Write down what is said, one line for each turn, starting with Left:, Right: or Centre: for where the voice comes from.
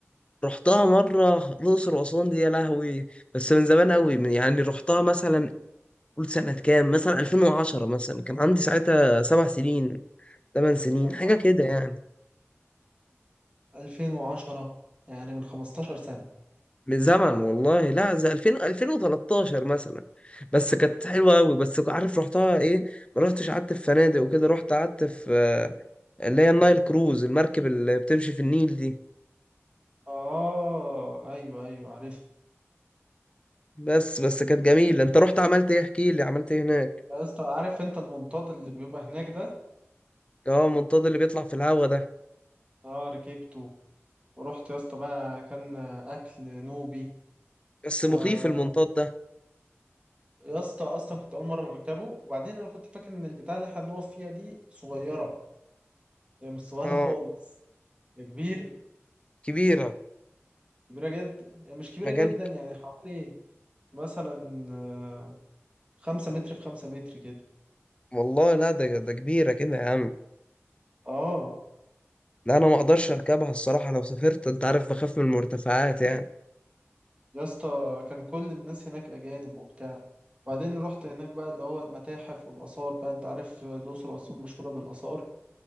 Left: رحتها مرة الأقصر وأسوان دي يا لهوي بس من زمان أوي من- يعني رحتها مثلا قول سنة كام مثلا 2010 مثلا كان عندي ساعتها سبع سنين ثمان سنين
Right: يا نهار
Left: حاجة كده يعني
Right: 2010 يعني من 15 سنه
Left: من زمن والله لا زي 2000 2013 مثلا بس كانت حلوة أوي بس عارف رحتها إيه ما رحتش قعدت في فنادق وكده رحت قعدت في آه، اللي هي النايل كروز المركب اللي بتمشي في النيل دي
Right: اه ايوه ايوه عارف
Left: بس بس كانت جميلة أنت رحت عملت إيه احكي لي عملت إيه هناك؟
Right: يا اسطى عارف انت المنطاد اللي بيبقى هناك ده
Left: أه المنطاد اللي بيطلع في الهوا ده
Right: اه ركبته ورحت يا اسطى بقى كان اكل نوبي
Left: بس
Right: ويا
Left: مخيف المنطاد ده
Right: اسطى اصلا كنت اول مره اركبه وبعدين انا كنت فاكر ان البتاع اللي احنا بنقف فيها دي صغيره هي مش صغيره
Left: اه
Right: <laughs> خالص هي كبيره
Left: كبيرة
Right: كبيره جدا هي مش كبيره
Left: مكان
Right: جدا يعني حوالي مثلا آه، خمسة متر في خمسة متر كده
Left: والله لا ده ده كبيرة كده يا عم
Right: اه
Left: لا أنا ما أقدرش أركبها الصراحة لو سافرت أنت عارف بخاف من المرتفعات يعني
Right: يا اسطى كان كل الناس هناك اجانب وبتاع وبعدين رحت هناك بقى اللي هو المتاحف والآثار بقى أنت عارف الأقصر وأسوان مشهورة بالآثار